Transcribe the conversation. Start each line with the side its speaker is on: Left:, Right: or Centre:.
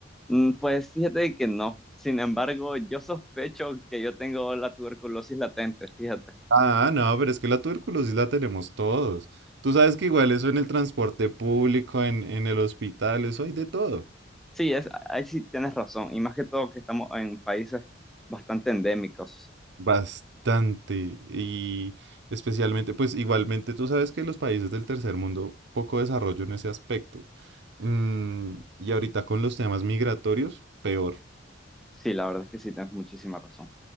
Centre: Mm, pues fíjate que no. Sin embargo, yo sospecho que yo tengo la tuberculosis latente, fíjate.
Right: Ah, no, pero es que la tuberculosis la tenemos todos. Tú sabes que igual eso en el transporte público, en, en el hospital, eso hay de todo.
Centre: Sí, es, ahí sí tienes razón, y más que todo que estamos en países bastante endémicos.
Right: Bastante. Y especialmente, pues igualmente tú sabes que los países del tercer mundo, poco desarrollo en ese aspecto. Mm, y ahorita con los temas migratorios, peor.
Centre: Sí, la verdad es que sí tienes muchísima razón.